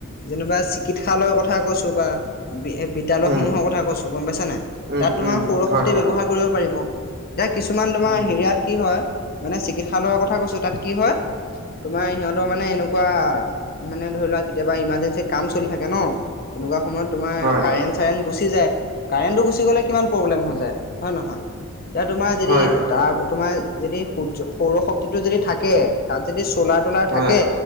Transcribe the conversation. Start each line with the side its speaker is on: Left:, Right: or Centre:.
Left: যেনিবা চিকিৎসালয়ৰ কথা কৈছো বা বি বিদ্যালয়সমূহৰ
Right: উম,
Left: কথা কৈছো গম পাইছা নাই?
Right: উম,
Left: তাত তোমাৰ
Right: উম,
Left: সৌৰ
Right: হয়,
Left: শক্তি
Right: হয়,
Left: ব্যৱহাৰ কৰিব পাৰিব। দে কিছুমান তোমাৰ
Right: উম,
Left: হেৰিয়াত কি হয় মানে চিকিৎসালয়ৰ কথা কৈছোঁ তাত কি হয় তোমাৰ সেহঁতৰ
Right: উম,
Left: মানে এনো তেনেকুৱা মানে ধৰি লোৱা কেতিয়াবা ইমাৰ্জেঞ্চি কাম চলি থাকে ন তেনেকুৱা সময়ত তোমাৰ
Right: হয়,
Left: কাৰেণ্ট - চাৰেন গুচি যায়, কাৰেণ্টটো গুচি গলে কিমান প্ৰব্লেম হৈ যায় হয় নহয়? এতিয়া তোমাৰ যদি
Right: হয়,
Left: তাৰ তোমাৰ যদি সূৰ্য সৌৰশক্তিটো যদি থাকে তাত যদি চ'লা তোলাৰ
Right: হয়,
Left: থাকে